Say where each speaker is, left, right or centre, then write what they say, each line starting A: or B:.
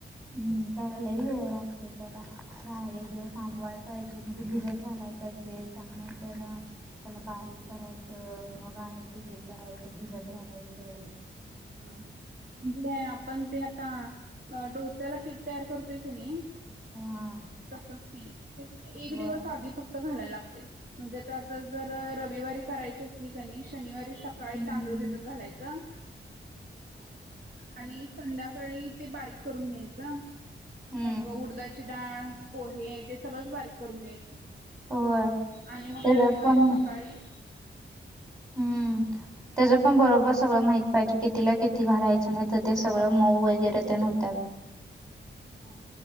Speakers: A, on the right; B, on the right.
A: हम्म त्याला लई वेळ लागतोय त्याला दहा एक दिवस आंबवायचय तेन भिजत घालायचय ते त्यानंतर ना त्याला बारीक करायचं मग आणि तिगीर करायचं भिजत घालायचं
B: हम् भिजलोय आपण ते आता डोस्याला पीठ तयार करतोय की नी
A: हा
B: तसच की एक
A: होय
B: दिवस आधी फक् तो घालायला लागतोय म्हणजे त्यातच जर रविवारी करायची असली का नही शनिवारी सकाळी
A: हम्म
B: तांदूळ भिजत घालायचं आणि संध्याकाळी ते बारीक करून घ्यायचं
A: हम्म
B: मग उडदाची डाळ पोहे ते सगळंच बारीक करून घ्यायचं
A: होय
B: आणि मग
A: त्याच
B: रविवारी
A: पण
B: सकाळी
A: हम्म, त्याच पण बरोबर सगळं माहित पाहिजे कितीला किती घालायचं नाही त ते सगळं मऊ वगैरे तेन होत्यात
B: हा